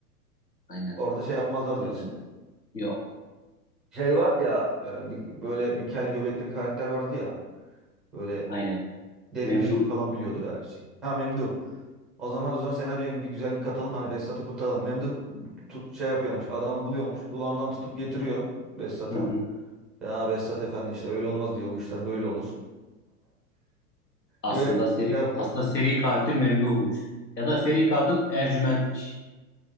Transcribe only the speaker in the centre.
Orada şey yapmazlar
diyorsun.
Şey var ya e, bir- böyle bir kel göbekli bir karakter vardı ya. Böyle
derin
işleri falan biliyordu her şey. Ha Memduh. O zaman o zaman senaryoya bir güzellik katalım hani Behzat'ı kurtaralım. Memduh tu- şey yapıyormuş adamı buluyormuş kulağından tutup getiriyor. Behzat'a.
Ya Behzat Efendi işte öyle olmaz diyor bu işler böyle olur.
Ve
şey yapıyor.